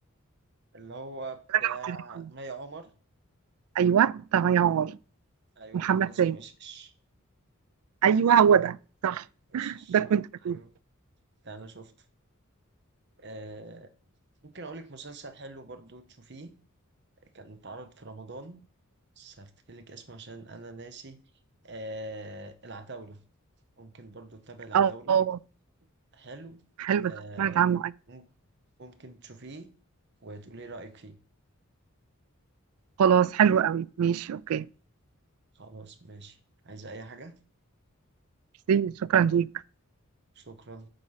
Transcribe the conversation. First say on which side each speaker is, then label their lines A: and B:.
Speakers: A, on the right (about 50°); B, on the right (about 85°).
A: اللي هو بتاع
B: رجب الجريتي
A: مي عمر
B: أيوه طب ينور
A: ايوه
B: محمد
A: كان اسمه
B: سامي
A: ايشش
B: أيوه هو ده صح
A: ايشش
B: ده كنت
A: ايوه
B: بجيبه
A: ده انا شفته آه ممكن اقول لك مسلسل حلو برضو تشوفيه كان اتعرض في رمضان بس هفتكر لك اسمه عشان انا ناسي آه العتاولة ممكن برضو تتابع العتاولة
B: اه
A: حلو
B: حلو
A: آه
B: ده سمعت عنه أيوه
A: مم- ممكن تشوفيه وتقولي رأيك فيه
B: خلاص حلو قوي ماشي أوكي
A: خلاص ماشي عايز اي حاجة
B: ميرسي، شكرا ليك
A: شكرا